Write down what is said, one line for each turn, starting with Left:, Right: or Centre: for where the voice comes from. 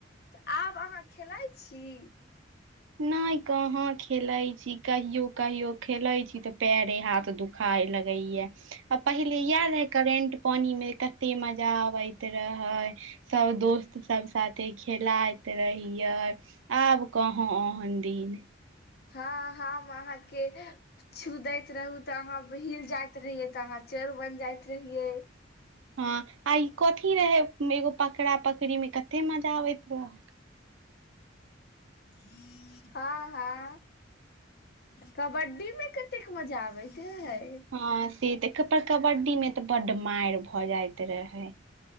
Left: त आब अहाँ खेलाइ छी?
Right: नहि कहां खेलै छी कहियो कहियो खेलै छी तऽ पैरे हाथ त दुखाय लगैया, आ पहिले इयाद है करेंट पानी मे। कतै मजा आबैत रहै, सब दोस्त सब साथे खेलाइत रहियै, आब कहाॅ ओहन दिन।
Left: हाॅं, हाम अहाँ के छू दैत रहू तऽ अहाँ हिल जाइत रहियै, तऽ अहाँ चोर बन जाइत रहियै।
Right: हाॅं आई कथी रहै मे एगो पकड़ा-पकड़ी मे कते मजा आबैत रहै।
Left: <inaudible> हाॅं-हाॅं। कबड्डी मे कतेक मजा आबैत रहैय।
Right: हाॅं से तेक प का कबड्डी मे तऽ बड्ड माइर भ जाइत रहैय।